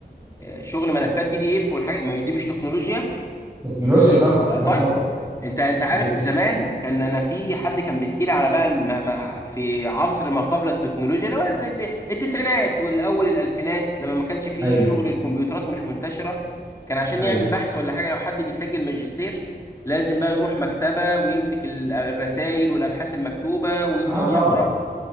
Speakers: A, on the left; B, on the right.
A: شغل ملفات بي دي اف والحاجة ما دي مش تكنولوجيا
B: تكنولوجيا طبعا
A: لا
B: اه
A: طيب
B: طبعا
A: انت انت عارف
B: بس
A: زمان كان انا في حد كان بيحكي لي على بقى الم... مع- في عصر ما قبل التكنولوجيا اللي هو زي الت- التسعينات والاول الالفينات لما ما كانش فيه
B: ايوه
A: شغل الكمبيوترات مش منتشره كان عشان
B: ايوه
A: يعمل بحث ولا حاجه لو حد بيسجل ماجستير لازم بقى يروح مكتبه ويمسك الرسائل والابحاث المكتوبه ويفضل
B: اه طبعا
A: يقرا